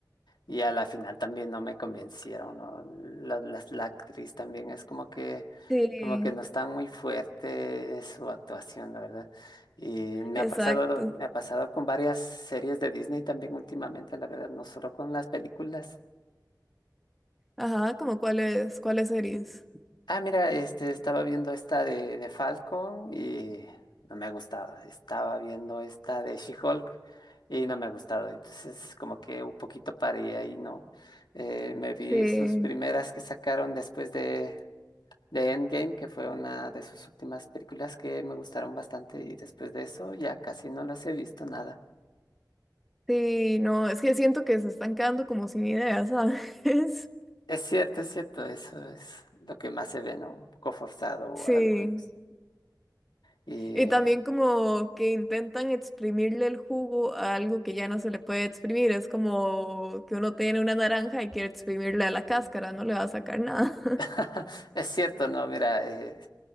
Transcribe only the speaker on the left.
y a la final también no me convencieron, ¿no? La, la, la actriz también es como que,
como que no está muy fuerte su actuación, la verdad. Y me
ha pasado, me ha pasado con varias series de Disney también últimamente, la verdad, no solo con las películas.
Ah, mira, este, estaba viendo esta de, de Falcon y no me ha gustado. Estaba viendo esta de She-Hulk y no me ha gustado. Entonces, como que un poquito paré ahí, ¿no? Eh, me vi
sus primeras que sacaron después de, de Endgame, que fue una de sus últimas películas que me gustaron bastante y después de eso ya casi no los he visto nada.
Es cierto, es cierto, eso es lo que más se ve, ¿no? Un poco forzado
algunos. Y
<laughs> es cierto, ¿no? Mira, eh,